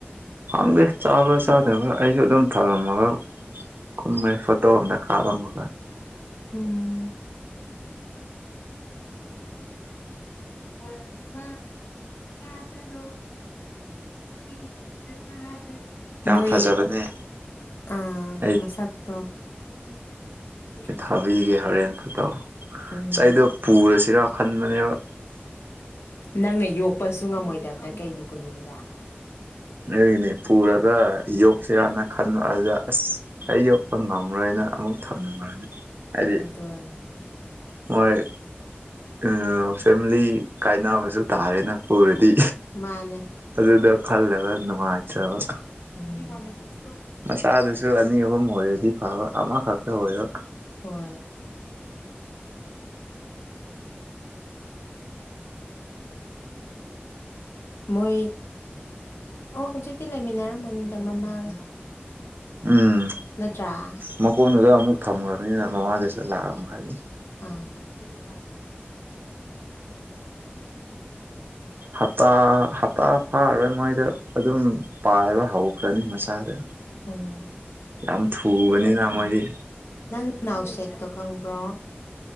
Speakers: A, on the right (about 55°); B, on the left (about 80°).
A: ꯍꯪꯗꯦ ꯆꯥꯕ꯭ꯔꯥ ꯆꯥꯗꯕ꯭ꯔꯥ ꯑꯩꯁꯨ ꯑꯗꯨꯝ ꯊꯝꯂꯝꯃꯒ ꯀꯨꯝꯃꯦ ꯐꯣꯇꯣ ꯑꯝꯗ ꯀꯥꯞꯄ ꯑꯃꯥ
B: ꯎꯝ <unintelligible> ꯇꯕꯔꫭ ꯑꯩꯗꯤ ꯑꯃꯇꯥ ꯇꯗꯔꯦ <unintelligible>
A: ꯌꯥꯝ
B: ꯅꯣꯏ
A: ꯐꯖꯕꯅꯦ
B: ꯑ
A: ꯑꯩ
B: ꯃꯁꯥꯛꯇꯣ <unintelligible>
A: ꯊꯕꯤꯒꯤ ꯍꯣꯔꯦꯟ ꯐꫭꯇꯣ
B: ꯎꯝ
A: ꯑꯩꯗꯣ ꯄꯨꯔꯁꯤꯔꯥ ꯈꯟꯕꯅꯦꯕ
B: ꯅꯪꯅ ꯌꯣꯛꯄꯁꯨ ꯉꯝꯃꯣꯏꯗꯕꯗ ꯀꯩꯒꯤ ꯄꯨꯅꯤꯡꯉꯤꯕ
A: ꯅꯣꯏꯒꯤꯅꯤ ꯄꯨꯔꯒ ꯌꯣꯛꯁꯤꯔꯅ ꯈꯟꯕ ꯑꯗꯨꯗ ꯑꯁ ꯑꯩ ꯌꯣꯛ ꯄ ꯉꯝꯃꯔꯣꯏꯅ ꯑꯃꯨꯛ ꯊꯝꯂꯝꯅꯤ ꯍꯥꯏꯗꯤ
B: ꯑꯗꯨꯅꯦ
A: ꯃꯣꯏ ꯎꯝ ꯐꯦꯃꯤꯂꯤ ꯀꯥꯏꯅꯕꯁꯨ ꯇꯥꯔꯦꯅ ꯎꯔꯗꯤ
B: ꯃꯥꯅꯦ
A: ꯑꯗꯨꯗ ꯈꯜꯂꯒ ꯅꯨꯡꯉꯥꯏꯇꯥꯔꯕ
B: <inaudible>
A: ꯃꯆꯥꯗꯨꯁꯨ ꯑꯅꯤ ꯑꯍꯨꯝ ꯑꯣꯏꯔꯗꯤ ꯐꯕ ꯑꯃꯈꯛꯇ ꯑꯣꯏꯕ
B: ꯍꯣꯏ ꯃꯣꯏ ꯑꯣ ꯍꯧꯖꯤꯛꯇꯤ ꯂꯩꯃꯤꯟꯅꯔꯝꯃꯅꯤꯗ ꯃꯃꯥꯒ
A: ꯎꯝ
B: ꯅꯠꯇ꯭ꯔꯥ
A: ꯃꯀꯣꯟꯗꯨꯗ ꯑꯃꯨꯛ ꯊꯝꯈ꯭ꯔꯕꯅꯤꯅ ꯃꯃꯥꯡꯗꯨꯁꯨ ꯂꯥꯛꯑꯝ ꯈꯔꯅꯤ
B: ꯑꯥ <inaudible>
A: ꯍꯇꯥ ꯍꯇꯥ ꯐꯥꯔꯔꯣꯏ ꯃꯣꯏꯗ ꯑꯗꯨꯝ ꯄꯥꯏꯕ ꯍꯧ ꯊꯣꯛꯈ꯭ꯔꯅꯤ ꯃꯆꯥꯗꯣ
B: ꯎꯝ
A: ꯌꯥꯝ ꯊꯨꯕꯅꯤꯅ ꯃꯣꯏꯗꯤ
B: ꯎꯅꯥꯎꯁꯦꯛꯇꯣ ꯈꯪꯕ꯭ꯔꯣ